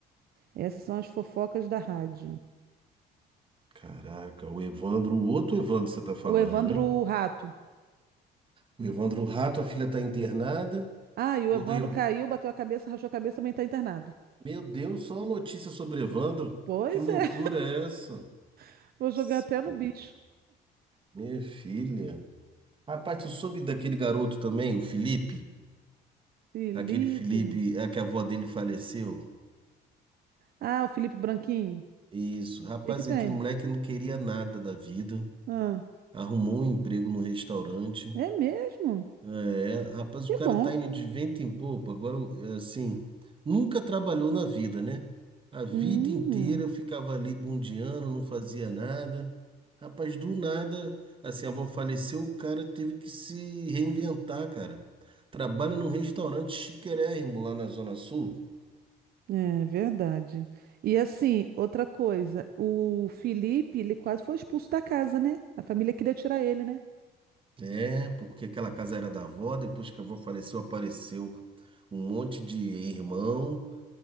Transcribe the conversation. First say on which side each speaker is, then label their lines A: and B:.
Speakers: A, on the right; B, on the right.
A: Essas são as fofocas da rádio.
B: Caraca, o Evandro, o outro Evandro você tá falando,
A: O Evandro
B: né?
A: Rato.
B: O Evandro Rato, a filha tá internada.
A: Ah, e o
B: O,
A: Evandro
B: E-
A: caiu, bateu a cabeça, rachou a cabeça, também tá internado.
B: Meu Deus, só notícia sobre Evandro?
A: Pois
B: Que loucura
A: é,
B: é essa?
A: <laughs> vou jogar
B: S-
A: até
B: Pô,
A: no bicho.
B: minha filha. Rapaz, tu soube daquele garoto também, o Felipe?
A: Felipe.
B: Aquele Felipe, é que a avó dele faleceu?
A: Ah, o Felipe Branquinho. O
B: Isso. Rapaz,
A: que que tem?
B: aquele moleque não queria nada da vida.
A: Ah,
B: Arrumou um emprego no restaurante.
A: é mesmo?
B: É, rapaz,
A: Que
B: o cara
A: bom.
B: tá indo de vento em popa. Agora, é assim, nunca trabalhou na vida, né? A vida
A: Hum,
B: inteira eu ficava ali bundiando, não fazia nada. Rapaz, do nada, assim, a avó faleceu, o cara teve que se reinventar, cara. Trabalha num restaurante chiquérrimo lá na Zona Sul.
A: é verdade. E assim, outra coisa, o Felipe, ele quase foi expulso da casa, né? A família queria tirar ele, né?
B: É, porque aquela casa era da avó, depois que a avó faleceu, apareceu um monte de irmão